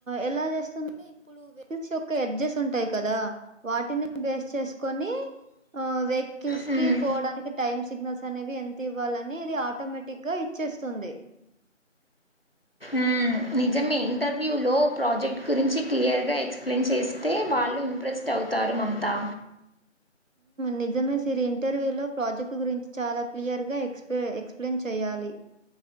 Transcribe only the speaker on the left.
హ్మ్.
ఉమ్ నిజమే ఇంటర్వ్యూ లో ప్రాజెక్ట్ గురించి క్లియర్ గా ఎక్స్ప్లెయిన్ చేస్తే వా వాళ్ళు ఇంప్రెస్డ్ అవుతారు మమతా